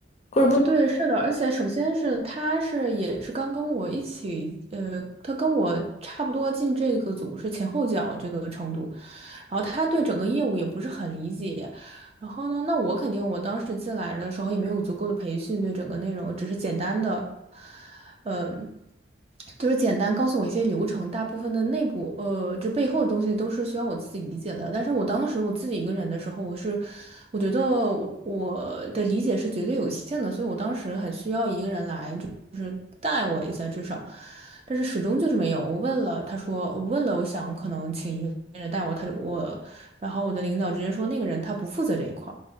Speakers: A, on the left; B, on the right.
A: 或者不能，
B: 哦，对，是的，而且首先是他是也是刚跟我一起，呃，他跟我差不多进这个组是前后脚这个程度，然后他对整个业务也不是很理解，然后呢，那我肯定我当时进来的时候也没有足够的培训对整个内容，只是简单的。呃，就是简单告诉我一些流程，大部分的内部呃，就背后的东西都是需要我自己理解的。但是我当时我自己一个人的时候，我是我觉得我的理解是绝对有限的，所以我当时很需要一个人来，就是带我一下至少。但是始终就是没有。我问了，他说我问了，我想可能请一个人带我，他就我，然后我的领导直接说那个人他不负责这一块儿。